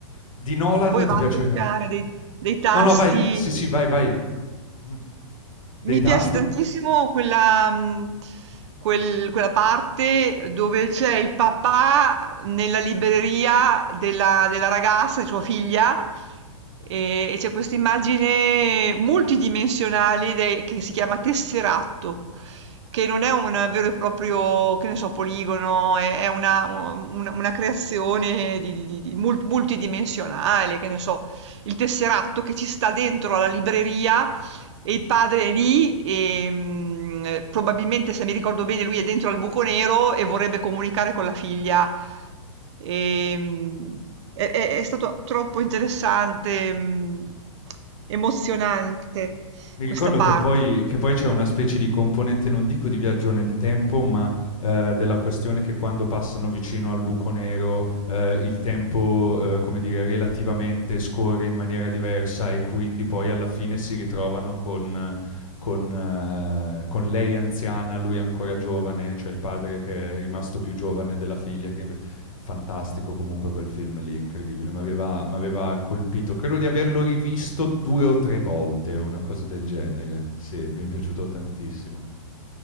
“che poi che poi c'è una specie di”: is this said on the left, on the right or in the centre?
Left